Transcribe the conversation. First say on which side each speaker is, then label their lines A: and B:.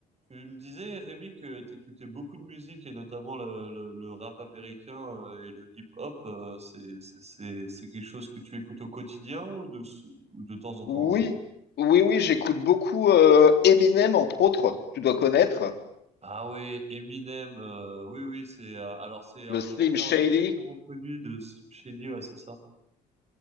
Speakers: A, on the right; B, on the left.
A: Tu me disais, Rémi, que t'écoutais beaucoup de musique et notamment le, le, le rap américain euh, et le hip-hop. euh, C'est, c'est, c'est, c'est quelque chose que tu écoutes au quotidien ou de, ce- ou de temps en temps?
B: Oui, oui, oui, j'écoute beaucoup euh, Eminem, entre autres, tu dois connaître,
A: Ah ouais, Eminem. euh, oui, oui, c'est euh, alors c'est un
B: le Slim
A: chanteur
B: Shady.
A: extrêmement connu de Slim Shady, ouais, c'est ça.